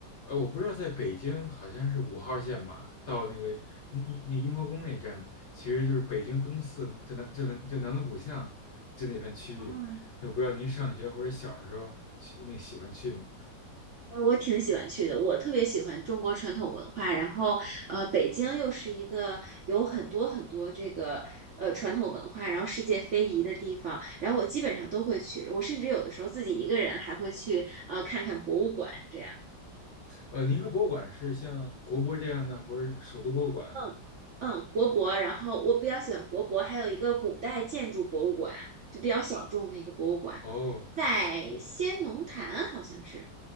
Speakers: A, on the left; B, on the right.
A: 呃，我不知道在北京好像是五号线吧，到那个雍雍那雍和宫那站，其实就是北京东四，就南就南就南锣鼓巷就那片区域。
B: 嗯，
A: 那我不知道您上学或者小时候去那喜欢去吗？
B: 呃我挺喜欢去的，我特别喜欢中国传统文化。然后，呃，北京又是一个有很多很多这个呃传统文化，然后世界非遗的地方。然后我基本上都会去，我甚至有的时候自己一个人还会去呃看看博物馆这样。
A: 呃，您说博物馆是像国博这样的，或者首都博物馆
B: 嗯嗯，国博。
A: 那个？
B: 然后我比较喜欢国博，还有一个古代建筑博物馆，就比较小众的一个博物馆，
A: 哦，
B: 在先农坛好像是，
A: 我